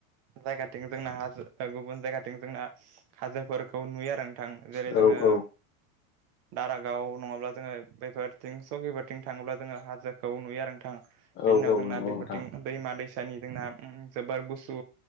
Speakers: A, on the right; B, on the left.
A: जायगाथिं जोंना हाजो गुबुन जायगाथिं जोंना हाजोफोरखौ नुयो आरो थां जेरै
B: औ
A: जोङो
B: औ
A: दारागाव नङाब्ला जोङो बेफोरथिं संकिफोरथिं थाङोब्ला जोङो हाजोखौ नुयो आरो नोंथां
B: नंगौ
A: बेनि उनाव जोंना बेफोरथिं
B: नोंथां
A: दैमा दै फसानि जोंना जोबोर गुसु